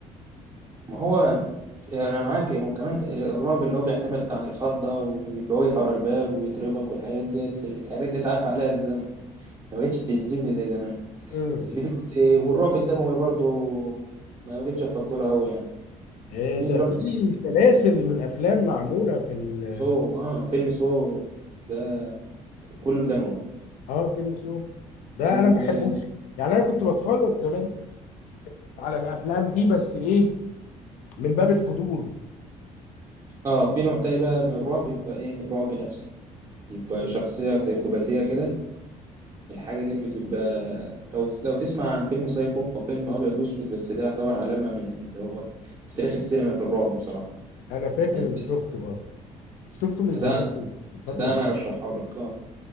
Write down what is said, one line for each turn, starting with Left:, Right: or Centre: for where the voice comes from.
Right: ما هو أنا معاك وكمان الرعب اللي هو بيعتمد على الخضة ده ويبقى واقف على الباب ويضربك والحاجات ديت الحاجات ديت عاف عليها الزمن ما بقتش تجذبني زي زمان
Left: مم.
Right: بس في دلوقتي والرعب الدموي برضه ما بقتش أفضله أوي يعني
Left: آه،
Right: في
Left: ده
Right: دلوقتي
Left: في سلاسل من الأفلام معمولة في ال
Right: سو آه فيلم سو ده كله دموي
Left: آه فيلم سو ده
Right: ال-
Left: أنا ما بحبوش يعني أنا كنت بتفرج زمان على الأفلام دي بس إيه من باب الفضول
Right: اه في نوع تاني بقى من الرعب يبقى ايه رعب نفسي يبقى
Left: مم.
Right: شخصية سيكوباتية كده الحاجة دي بتبقى لو لو تسمع عن فيلم سايكو هو فيلم أبيض وأسود بس ده يعتبر علامة من اللي هو في تاريخ السينما في الرعب بصراحة
Left: أنا فاكر
Right: يعني
Left: إني شفته آه شفته من
Right: ده
Left: زمان من فترة
Right: ده أنا أرشحه لك اه